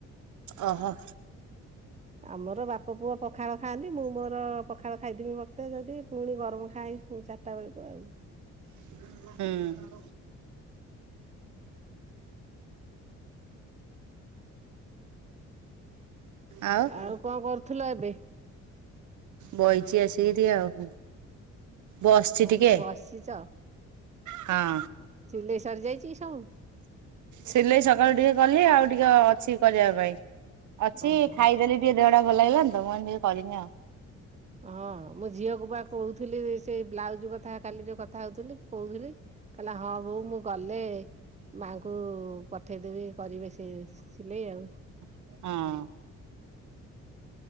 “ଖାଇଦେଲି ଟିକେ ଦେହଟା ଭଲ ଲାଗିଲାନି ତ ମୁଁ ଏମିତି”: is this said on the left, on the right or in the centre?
Right